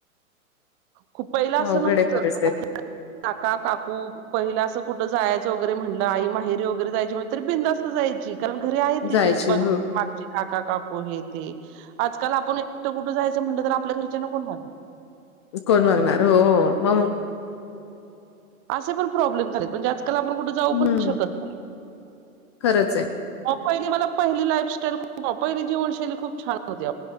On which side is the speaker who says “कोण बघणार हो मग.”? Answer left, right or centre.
Left